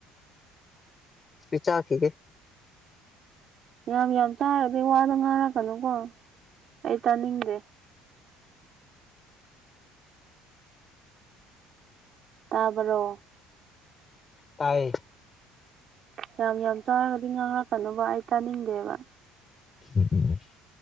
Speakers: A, on the left; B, on the right.
A: ꯆꯥꯛ ꯆꯥꯈꯤꯀꯦ
B: ꯌꯥꯝ ꯌꯥꯝ ꯆꯥꯔꯗꯤ ꯋꯥꯗꯣ ꯉꯥꯔꯛꯀꯅꯨꯀꯣ ꯑꯩ ꯇꯥꯅꯤꯡꯗꯦ ꯇꯥꯕ꯭ꯔꯣ
A: ꯇꯥꯏ
B: ꯌꯥꯝ ꯌꯥꯝ ꯆꯥꯔꯒꯗꯤ ꯉꯥꯡꯔꯛꯀꯅꯣꯕ ꯑꯩ ꯇꯥꯅꯤꯡꯗꯦꯕ
A: ꯎꯝ